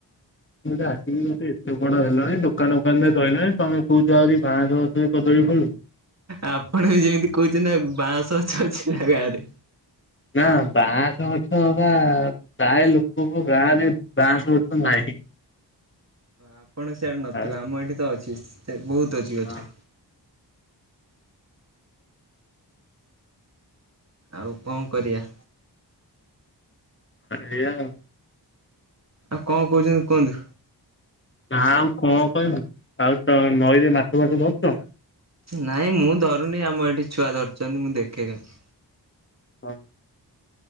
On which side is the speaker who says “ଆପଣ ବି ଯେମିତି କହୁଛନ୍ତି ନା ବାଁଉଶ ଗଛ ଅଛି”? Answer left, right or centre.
Right